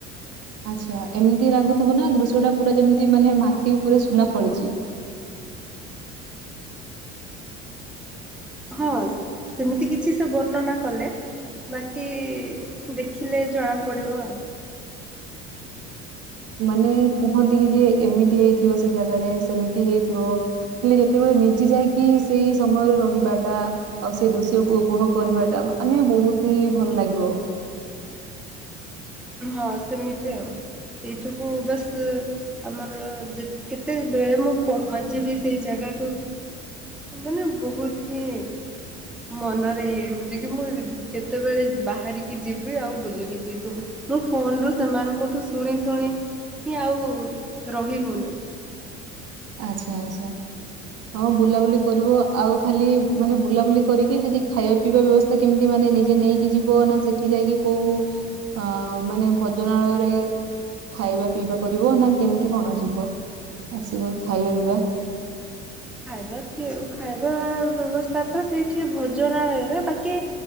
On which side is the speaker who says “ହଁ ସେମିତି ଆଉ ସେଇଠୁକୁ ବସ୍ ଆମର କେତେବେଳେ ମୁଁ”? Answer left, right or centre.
Centre